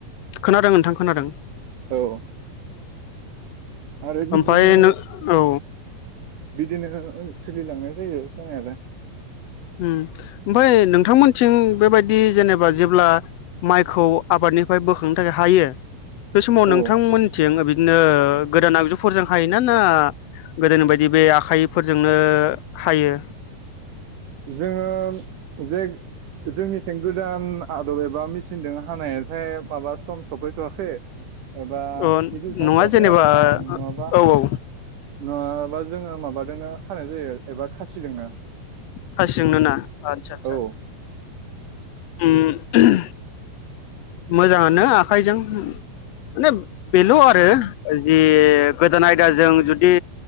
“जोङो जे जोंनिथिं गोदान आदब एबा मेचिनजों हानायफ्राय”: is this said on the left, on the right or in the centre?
Right